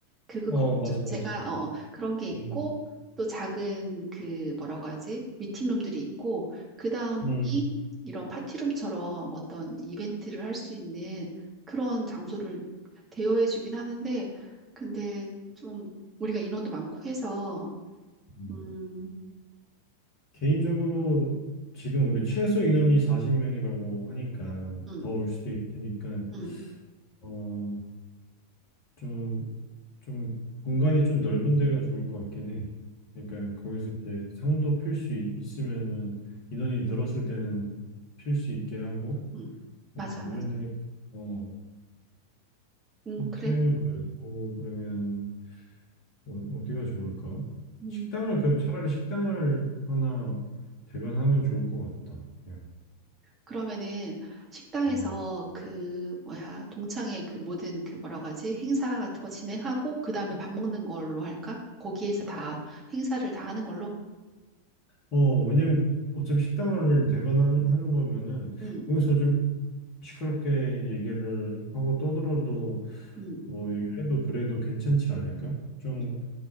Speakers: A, on the right; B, on the left.
A: 그거
B: 어,
A: 거
B: 맞아요,
A: 제가
B: 맞아요.
A: 어 어, 그런 게 있고
B: 음,
A: 또 작은 그 뭐라고 하지? 미팅룸들이 있고 그다음이
B: 음.
A: 이런 파티룸처럼 어떤 이벤트를 할 수 있는 그런 장소를 대여해 주긴 하는데 근데 좀 우리가 인원도 많고 해서
B: 음.
A: 음,
B: 개인적으로 지금 우리 최소 인원이 40명이라고 하니까
A: 음,
B: 더 올 수도 있으니까
A: 음,
B: 어, 좀, 좀 공간이 좀 넓은 데가 좋을 것 같긴 해. 그러니까 거기서 이제 상도 필 수 있으면은 인원이 늘었을 때는 필 수 있게 하고
A: 음.
B: 뭐
A: 맞아,
B: 이런
A: 맞아.
B: 데니까. 어.
A: 음,
B: 호텔
A: 그래.
B: 말고 그러면 어, 디가 좋을까?
A: 음.
B: 식당을 그럼 차라리 식당을 하나 대관하면 좋을 것 같다. 그냥.
A: 그러면은 식당에서
B: 음.
A: 그 뭐야 동창회 그 모든 그 뭐라고 하지 행사 같은 거 진행하고 그 다음에 밥 먹는 걸로 할까? 거기에서 다 행사를 다 하는 걸로.
B: 어, 왜냐면 어차피 식당을 대관하는 거면은
A: 응,
B: 거기서 좀 시끄럽게 얘기를 하고 떠들어도
A: 응,
B: 뭐 얘기해도 그래도 괜찮지 않을까? 좀
A: 응,